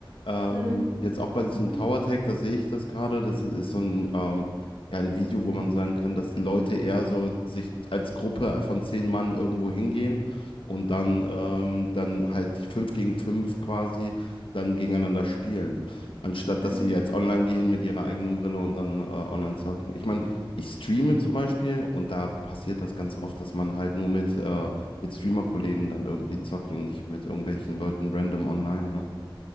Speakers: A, on the left (about 75°); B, on the right (about 35°).
A: Ähm,
B: Mhm.
A: jetzt auch bei diesem
B: Ja,
A: Tower
B: stimmt.
A: Tag, da sehe ich das gerade, das ist so ein ähm, kein Video, wo man sagen kann, dass Leute eher so sich als Gruppe von zehn Mann irgendwo hingehen und dann, ähm, dann halt fünf gegen fünf quasi dann gegeneinander spielen. Anstatt
B: Mhm.
A: dass sie jetzt online gehen mit ihrer eigenen Brille und dann äh, online zocken. Ich meine, ich streame zum Beispiel und da passiert das ganz oft, dass man halt nur mit, äh, mit Streamer-Kollegen dann irgendwie zockt und nicht mit irgendwelchen Leuten random online. Ne?